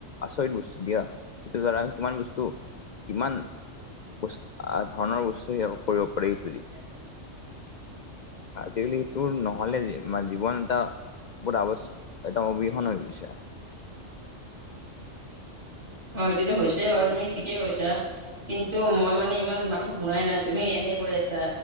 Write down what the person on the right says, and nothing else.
<inaudible>
অ এইটো হৈছেই বাৰু তুমি ঠিকেই কৈছা। কিন্তু মই মানে ইমান মাতটো শুনাই নাই তুমি এনে কৈ আছা